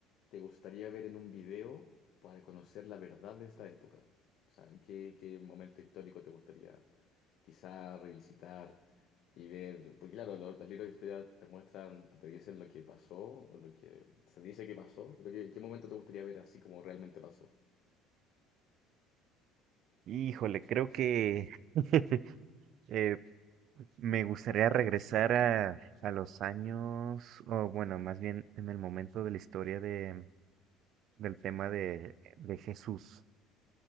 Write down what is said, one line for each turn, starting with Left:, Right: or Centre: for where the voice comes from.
Left: te gustaría ver en un video para conocer la verdad de esta época? O sea, ¿qué, qué momento histórico te gustaría quizá revisitar y ver? Porque claro, lo- los, libros de historia te muestran o te dicen lo que pasó o lo que se dice que pasó, pero ¿qué, qué momento te gustaría ver así como realmente pasó?
Right: Híjole, creo que <laughs> Eh, me gustaría regresar a, a los años, o bueno, más bien en el momento de la historia de, del tema de, de Jesús.